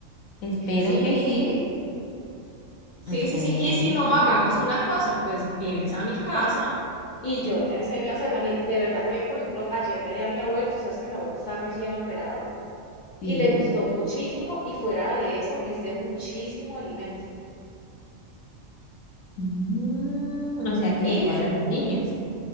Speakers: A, on the left; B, on the left.
A: espero
B: Sí,
A: que sí,
B: sí,
A: espero
B: sí, sí. Y si no,
A: que
B: hagamos
A: sí.
B: una cosa, pues vienes
A: Ah,
B: a mi casa y yo te enseño a hacerla. Mira, de verdad que, por ejemplo, ayer le di a mi abuelo, tú sabes que mi abuelo está recién operado.
A: sí.
B: y le gustó muchísimo y fuera de eso es de muchísimo alimento.
A: Mm, o sea que
B: Y
A: le puedo dar a los niños.